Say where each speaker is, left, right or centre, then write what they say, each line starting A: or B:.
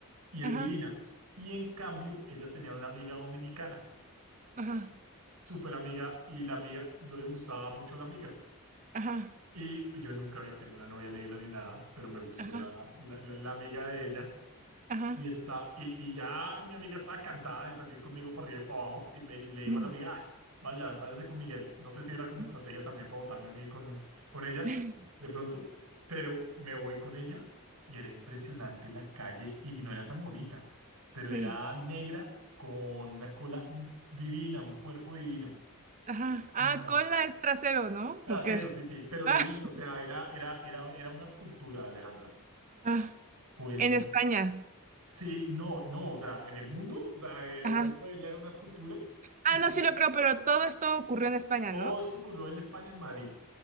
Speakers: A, on the right; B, on the right.
A: y es
B: ajá,
A: divina. Y en cambio, ella tenía una amiga dominicana,
B: ajá.
A: súper amiga, y la amiga, yo le gustaba mucho la amiga.
B: Ajá,
A: Y yo nunca había tenido una novia negra ni nada, pero me gustó
B: ajá,
A: la, la, la- la amiga de ella.
B: ajá.
A: Y, está, y, y ya mi amiga estaba cansada de salir conmigo para arriba y para abajo y, me, y le dijo
B: mm,
A: a la amiga, "Ah, vaya, váyase con Miguel. No sé si era como
B: mm,
A: estrategia también para botarme a mí con, con ella
B: <laughs>
A: de pronto, pero me voy con ella y era impresionante la calle y no era tan bonita, pero
B: Sí,
A: era negra con una cola divina, un cuerpo divino.
B: ajá. Ah,
A: Imagen.
B: cola es trasero, ¿no?
A: Trasero,
B: ¿O qué?
A: sí, sí, pero divino,
B: <laughs>
A: o sea, era, era, era, era una escultura, Alejandra.
B: ajá.
A: Pues
B: En España.
A: Sí, no, no, o sea, en el mundo, o sea, el
B: Ajá.
A: cuerpo de ella era una escultura
B: Ah,
A: y sobre
B: no, sí
A: todo,
B: lo creo, pero todo esto ocurrió en España,
A: todo
B: ¿no?
A: esto ocurrió en España, en Madrid.